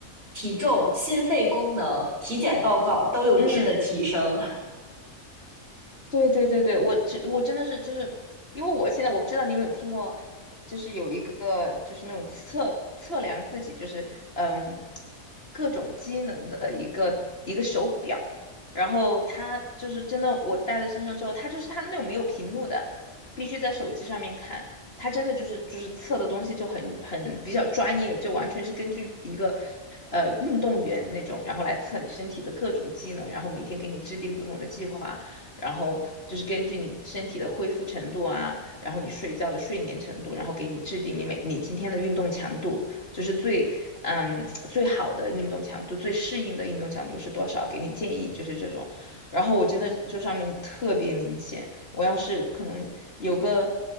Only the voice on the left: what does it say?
嗯对对对对，我这我真的是就是因为我现在我不知道你有没有听过，就是有一个就是那种测测量自己就是嗯各种机能的一个一个手表，然后它就是真的我戴在身上之后，它就是它那种没有屏幕的，必须在手机上面看，它真的就是就是测的东西就很很比较专业，就完全是根据一个呃运动员那种，然后来测你身体的各种机能，然后每天给你制定不同的计划。然后就是根据你身体的恢复程度啊，然后你睡觉的睡眠程度，然后给你制定你每你今天的运动强度，就是最嗯最好的运动强度，最适应的运动强度是多少，给你建议就是这种。然后我真的这上面特别明显，我要是可能有个